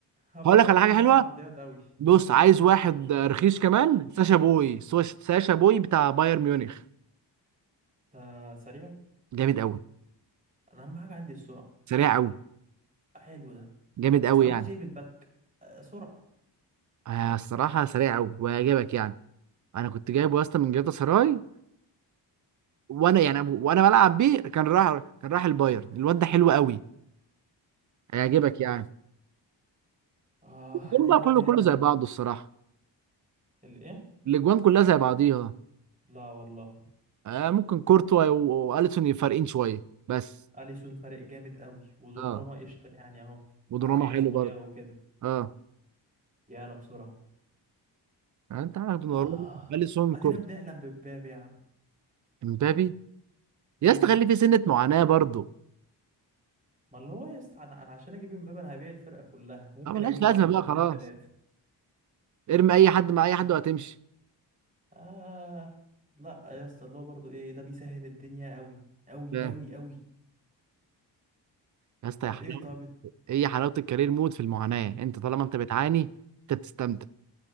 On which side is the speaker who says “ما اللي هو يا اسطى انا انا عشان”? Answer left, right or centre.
Right